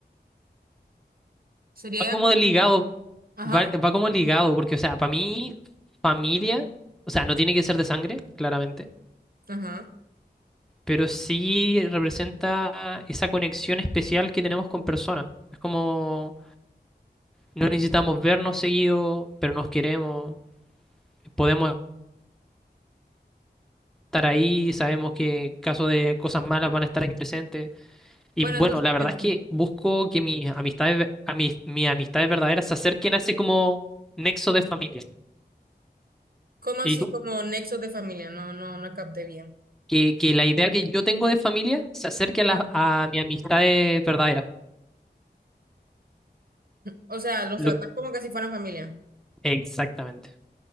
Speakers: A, on the right (about 60°); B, in the centre.
A: Sería
B: Va como
A: ya como,
B: de ligado,
A: ajá,
B: va, va como ligado, porque, o sea, para mí, familia, o sea, no tiene que ser de sangre, claramente,
A: ajá.
B: pero sí representa esa conexión especial que tenemos con personas. Es como, no necesitamos vernos seguido, pero nos queremos podemos estar ahí, sabemos que en caso de cosas malas van a estar ahí presentes. Y
A: Bueno,
B: bueno,
A: eso es
B: la verdad
A: cierto.
B: es que busco que mis amistades, ve- a mis, mis amistades verdaderas se acerquen a ese como nexo de familia.
A: Como así
B: Y tú,
A: como nexos de familia, no, no, no capté bien.
B: que, que la idea que yo tengo de familia se acerque
A: Ajá.
B: a, las a mis amistades verdaderas.
A: O sea, los
B: Lo-
A: tratás como que si fueran familia.
B: exactamente.